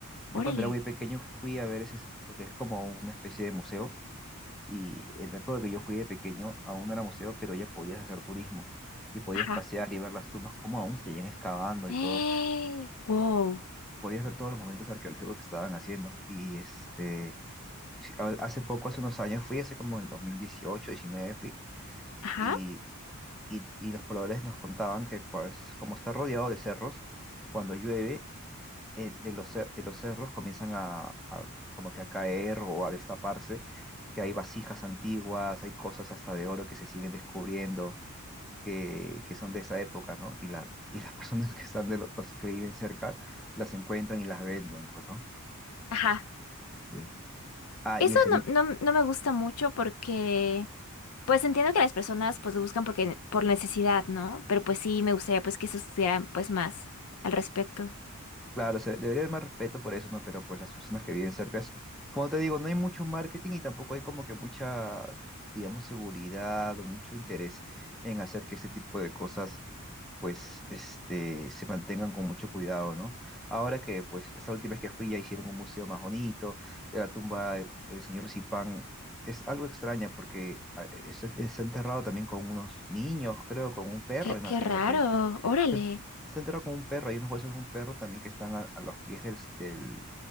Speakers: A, in the centre; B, on the left (about 70°).
A: Yo
B: órale.
A: cuando era muy pequeño fui a ver ese, porque es como una especie de museo. Y en la época que yo fui de pequeño, aún no era museo, pero ya podías hacer turismo y podías
B: Ajá.
A: pasear y ver las tumbas, como aún se seguían excavando
B: Eh,
A: y todo.
B: wow.
A: Podías ver todos los momentos arqueológicos que estaban haciendo. Y este, sí, a- hace poco, hace unos años, fui, hace como en el 2018, 19, fui
B: Ajá,
A: y, y- y los pobladores nos contaban que pues como está rodeado de cerros, cuando llueve, eh, de los, cer- de los cerros comienzan a, a como que a caer o a destaparse, que hay vasijas antiguas, hay cosas hasta de oro que se siguen descubriendo, que, que son de esa época, ¿no? Y, la, y las <laughs> personas que están de los, los que viven cerca las encuentran y las venden, pues, ¿no?
B: ajá.
A: Sí. Ah,
B: Eso
A: y el, se-
B: no, no, no me gusta mucho porque, pues entiendo que las personas pues lo buscan porque, por necesidad, ¿no? Pero pues sí, me gustaría pues que se estudiaran pues más al respecto.
A: Claro, se debería haber más respeto por eso, ¿no? Pero pues las personas que viven cerca, es- como te digo, no hay mucho marketing y tampoco hay como que mucha, digamos, seguridad o mucho interés en hacer que ese tipo de cosas, pues, este, se mantengan con mucho cuidado, ¿no? Ahora que, pues, esta última vez que fui ya hicieron un museo más bonito, ya la tumba del del señor Zipán es algo extraña porque ah, eh, está está enterrado también con unos niños, creo, con un perro,
B: Qué,
A: imagínate.
B: qué raro, órale.
A: Está, está enterrado como un perro, hay unos huesos de un perro también que están a, a los pies del, del-